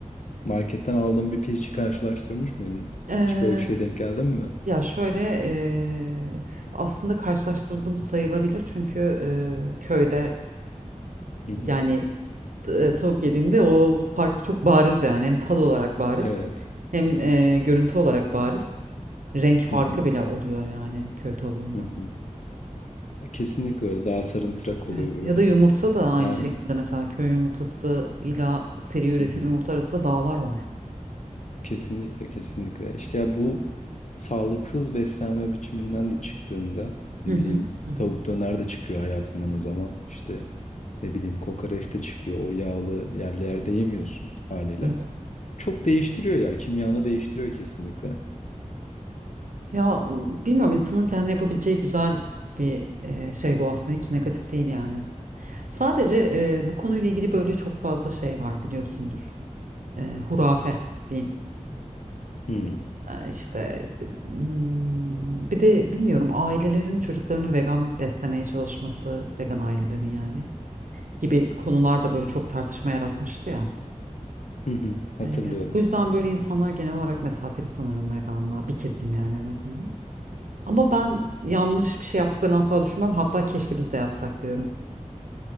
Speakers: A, on the left (about 65°); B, on the right (about 80°).
A: marketten aldığın bir pirinci karşılaştırmış mıydın?
B: Evet.
A: Hiç böyle bir şeye denk geldin mi?
B: Ya şöyle eee, aslında karşılaştırdım sayılabilir çünkü eee, köyde
A: Hı hı.
B: yani e, tavuk yediğimde o farkı çok bariz yani hem tad olarak bariz
A: Evet.
B: Evet. hem eee, görüntü olarak bariz renk farkı
A: Hı hı.
B: bile oluyor yani köy tavuğunda.
A: Hı hı. Kesinlikle öyle. Daha sarımtırak oluyor
B: Evet ya
A: böyle.
B: da yumurta da aynı
A: Yani.
B: Evet. şekilde mesela köy yumurtası ile seri üretim
A: Hı hı.
B: yumurta arasında dağlar var.
A: Kesinlikle, kesinlikle. İşte ya bu sağlıksız beslenme biçiminden de çıktığında ne
B: Hı hı.
A: bileyim
B: hı hı.
A: tavuk döner de çıkıyor hayatından o zaman. İşte ne bileyim kokoreç de çıkıyor. O yağlı yerlerde yemiyorsun haliyle.
B: Evet.
A: Çok değiştiriyor ya. Kimyanı değiştiriyor kesinlikle.
B: Ya bilmiyorum insanın kendi yapabileceği güzel bir eee, şey bu aslında hiç negatif değil yani. Sadece e, bu konuyla ilgili böyle çok fazla şey var biliyorsundur. E, hurafe diyeyim.
A: Hmm.
B: E, işte c- hmm, bir de bilmiyorum ailelerin çocuklarını vegan beslemeye çalışması, vegan ailelerin yani gibi konular da böyle çok tartışma yaratmıştı ya.
A: Hı hı. Hatırlıyorum.
B: E, bu yüzden böyle insanlar genel olarak mesafeli sanırım veganlığa bir kesim yani en azından. Ama ben yanlış bir şey yaptıklarını asla düşünmem. Hatta keşke biz de yapsak diyorum.